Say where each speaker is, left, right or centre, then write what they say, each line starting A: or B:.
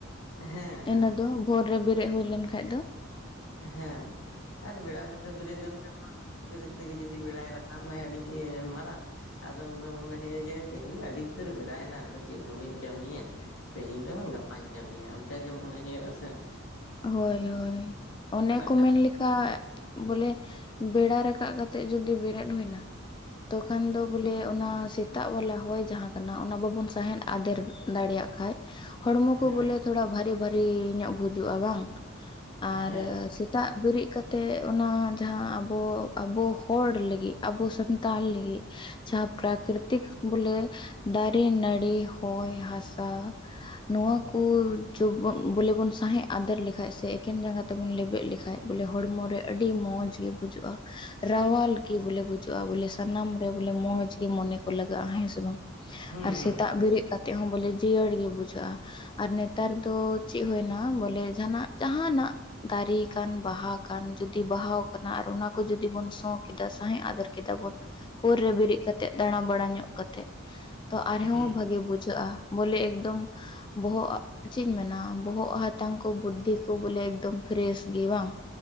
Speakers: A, on the left; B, on the left.
A: ᱦᱮᱸ ᱦᱮᱸ
B: ᱤᱱᱟᱹ ᱫᱚ ᱵᱷᱚᱨ ᱨᱮ ᱵᱮᱨᱮᱫ ᱦᱩᱭ ᱞᱮᱱ ᱠᱷᱟᱡ ᱫᱚ
A: ᱦᱮᱸ ᱟᱨ ᱵᱮᱲᱟ ᱠᱟᱛᱮ ᱵᱮᱨᱮᱜ ᱞᱮᱱ ᱠᱷᱟᱱ ᱢᱟ ᱵᱮᱨᱮᱫ ᱵᱮᱨᱮᱫ ᱛᱮᱜᱮ ᱡᱩᱫᱤ ᱵᱮᱲᱟᱭ ᱨᱟᱠᱟᱵ ᱮᱱᱟᱭ ᱟᱹᱰᱤ ᱢᱟᱨᱟᱝ ᱟᱫᱚ ᱩᱱ ᱫᱚ ᱢᱚᱱᱮ ᱦᱩᱭᱩᱜᱭᱼᱟ ᱡᱮ ᱛᱮᱦᱮᱧ ᱫᱚ ᱟᱹᱰᱤ ᱩᱛᱟᱹᱨ ᱵᱮᱲᱟᱭᱮᱱᱟ ᱟᱫᱚ ᱪᱮᱫ ᱦᱚᱸ ᱵᱟᱹᱧ ᱠᱟᱹᱢᱤᱭᱟ, ᱛᱮᱦᱤᱧ ᱫᱚ ᱵᱟᱝ ᱜᱟᱯᱟᱧ ᱠᱟᱹᱢᱤᱭᱟ ᱚᱱᱠᱟᱟᱜ ᱜᱮ ᱢᱚᱱᱮ ᱦᱩᱭᱩᱜᱼᱟ ᱥᱮ ᱾
B: ᱦᱳᱭ ᱦᱳᱭ ᱚᱱᱮ
A: ᱠᱟᱱᱟ
B: ᱠᱚ ᱢᱮᱱ ᱞᱮᱠᱟ ᱵᱚᱞᱮ ᱵᱮᱲᱟ ᱨᱟᱠᱟᱵ ᱠᱟᱛᱮ ᱡᱩᱫᱤ ᱵᱮᱨᱮᱫ ᱦᱩᱭ ᱮᱱᱟ ᱛᱚᱠᱷᱟᱱ ᱫᱚ ᱵᱚᱞᱮ ᱚᱱᱟ ᱥᱮᱛᱟᱜ ᱣᱟᱞᱟ ᱦᱚᱭ ᱡᱟᱦᱟᱸ ᱠᱟᱱᱟ ᱚᱱᱟ ᱵᱟᱵᱚᱱ ᱥᱟᱦᱮᱫ ᱟᱫᱮᱨ ᱫᱟᱲᱮᱭᱟᱜ ᱠᱷᱟᱡ ᱦᱚᱲᱢᱚ
A: ᱦᱮᱸ
B: ᱠᱚ ᱵᱚᱞᱮ ᱛᱷᱚᱲᱟ ᱵᱷᱟᱨᱤ ᱵᱷᱟᱨᱤ ᱧᱚᱜ ᱵᱩᱡᱩᱜᱼᱟ ᱵᱟᱝ ᱟᱨ
A: ᱦᱮᱸ
B: ᱥᱮᱛᱟᱜ ᱵᱮᱨᱮᱫ ᱠᱟᱛ ᱛᱮ ᱚᱱᱟ ᱡᱟᱦᱟᱸ ᱟᱵᱚ ᱟᱵᱚ ᱦᱚᱲ ᱞᱟᱹᱜᱤᱫ ᱟᱵᱚ ᱥᱟᱱᱛᱟᱞ ᱞᱟᱹᱜᱤᱫ ᱡᱟᱦᱟᱸ ᱯᱨᱟᱠᱨᱤᱛᱤᱠ ᱵᱚᱞᱮ ᱫᱟᱨᱮ, ᱱᱟᱹᱲᱤ, ᱦᱚᱭ, ᱦᱟᱥᱟ ᱱᱚᱣᱟ ᱠᱚ ᱡᱚᱵ ᱵᱚᱞᱮ ᱵᱚᱱ ᱥᱸᱟᱦᱮᱫ ᱟᱫᱮᱨ ᱞᱮᱠᱷᱟ ᱥᱮ ᱮᱠᱷᱮᱱ ᱡᱟᱸᱜᱟ ᱛᱮᱵᱚᱱ ᱞᱮᱵᱮᱫ ᱞᱮᱠᱷᱟᱡ ᱵᱚᱞᱮ ᱦᱚᱲᱢᱚᱨᱮ ᱟᱹᱰᱤ ᱢᱚᱡᱽ ᱜᱮ ᱵᱩᱡᱟᱹᱜᱼᱟ, ᱨᱟᱣᱟᱞ ᱜᱮ ᱵᱚᱞᱮ ᱵᱩᱡᱷᱩᱜᱼᱟ ᱵᱚᱞᱮ ᱥᱟᱱᱟᱢ ᱨᱮ ᱵᱚᱞᱮ ᱢᱚᱡᱽ ᱜᱮ ᱢᱚᱱᱮ ᱠᱚ ᱞᱟᱜᱟᱜᱼᱟ ᱦᱮᱸᱥᱮ ᱵᱟᱝ ᱾
A: ᱦᱩᱸ
B: ᱟᱨ
A: ᱦᱩᱸ
B: ᱥᱮᱛᱟᱜ ᱵᱮᱨᱮᱫ ᱠᱟᱛᱮ ᱦᱚᱸ ᱵᱚᱞᱮ ᱡᱤᱭᱟᱹᱲ ᱜᱮ ᱵᱩᱡᱷᱟᱹᱜᱼᱟ ᱟᱨ ᱱᱮᱛᱟᱨ ᱫᱚ ᱪᱮᱫ ᱦᱩᱭᱱᱟ ᱵᱚᱞᱮ ᱚᱸᱰᱮ ᱡᱟᱦᱟᱱᱟᱜ ᱡᱟᱦᱱᱟᱜ ᱫᱟᱨᱮ ᱠᱟᱱ ᱵᱟᱦᱟ ᱠᱟᱱ ᱡᱩᱫᱤ ᱵᱟᱦᱟ ᱠᱟᱱᱟ ᱟᱨ ᱚᱱᱟ ᱠᱚ ᱡᱩᱫᱤ ᱵᱚᱱ ᱥᱚ ᱠᱮᱫᱟ ᱥᱟᱦᱮᱮᱫ ᱟᱫᱮᱨ ᱠᱮᱫᱟ ᱵᱚᱱ ᱯᱳᱨ ᱨᱮ ᱵᱮᱨᱮᱫ ᱠᱟᱛᱮ ᱫᱟᱬᱟᱵᱲᱟ ᱧᱚᱜ ᱠᱟᱛᱮ ᱛᱚ ᱟᱨᱦᱚᱸ
A: ᱦᱩᱸ
B: ᱵᱷᱟᱜᱮ ᱵᱩᱡᱷᱟᱹᱜᱼᱟ᱾ ᱵᱚᱞᱮ ᱮᱠᱫᱚᱢ ᱵᱚᱦᱚᱜ ᱪᱮᱫ ᱤᱧ ᱢᱮᱱᱟ ᱵᱚᱦᱚᱜ ᱦᱟᱛ ᱦᱟᱛᱟᱝ ᱠᱚ ᱵᱩᱫᱽᱫᱷᱤ ᱠᱚ ᱵᱚᱞᱮ ᱮᱠᱫᱚᱢ ᱯᱷᱨᱮᱥ ᱜᱮ ᱵᱟᱝ